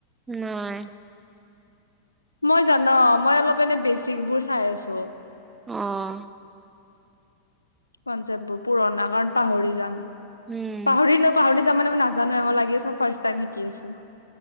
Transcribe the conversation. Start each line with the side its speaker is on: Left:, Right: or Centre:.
Right: নাই
Left: মই জান, বৰ্তমান মই অলপ এনে বেচিক বোৰ চাই আছো।
Right: অ'
Left: কনচেপ্টবোৰ, পুৰণা কাৰণ পাহৰি যাম।
Right: উম,
Left: পাহৰিলে পাহৰি যাম, মানে মই নাজানো মই লাগি আছোঁ মই ফাৰ্ষ্ট টাইম শিকি আছো।